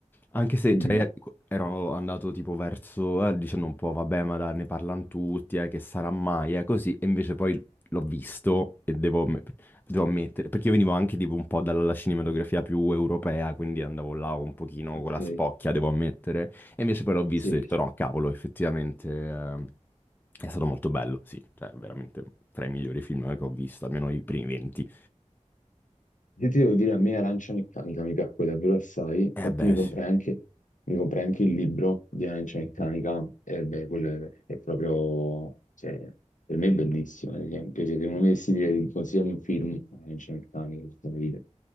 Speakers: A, on the left; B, on the left.
A: Anche se
B: Mhm,
A: cioè, ero andato tipo verso, eh, dicendo un po', vabbè, ma dai, ne parlano tutti, eh, che sarà mai, eh, così. E invece poi l'ho visto e devo, amm- devo ammettere, perché io venivo anche tipo un po' dalla cinematografia più europea, quindi andavo là un pochino
B: Ok,
A: con la spocchia, devo ammettere. E invece poi l'ho visto
B: sì.
A: e ho detto no, cavolo, effettivamente eh, è stato molto bello, sì, cioè veramente tra i migliori film che ho visto, almeno i primi 20.
B: Se ti devo dire, a me Arancia Meccanica mi piacque davvero assai, infatti
A: Eh beh,
B: mi comprai
A: sì.
B: anche, mi comprai anche il libro di Arancia Meccanica,
A: Mhm.
B: e beh, quello è, è proprio, cioè, per me è bellissimo, ad esempio, cioè, se uno mi dovessi dire, consigliami un film, Arancia Meccanica, per dire.